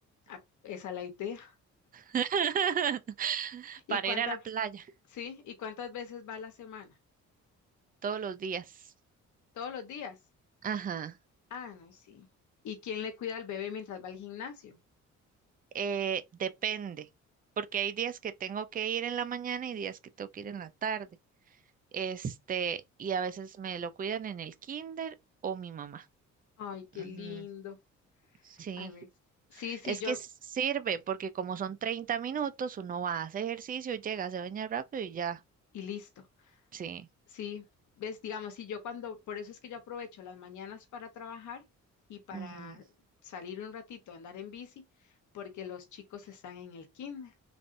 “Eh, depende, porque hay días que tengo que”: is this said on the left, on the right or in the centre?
Right